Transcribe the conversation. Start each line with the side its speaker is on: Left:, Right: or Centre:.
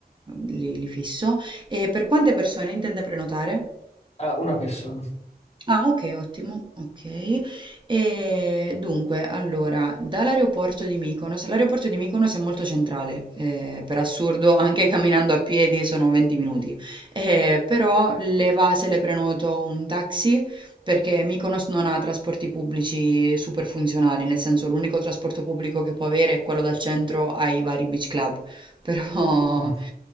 Right: li li fisso. E per quante persone intende prenotare?
Left: Ah, una persona.
Right: Ah okay, ottimo, okay. Ehm, dunque allora, dall'aeroporto di Mykonos l'aeroporto di Mykonos è molto centrale, ehm, per assurdo anche camminando a piedi sono 20 minuti, ehm, però le va se le prenoto un taxi, perché Mykonos non ha trasporti pubblici super funzionali, nel senso l'unico trasporto pubblico che può avere è quello dal centro ai vari beach club, però
Left: Ok.
Right: <laughs>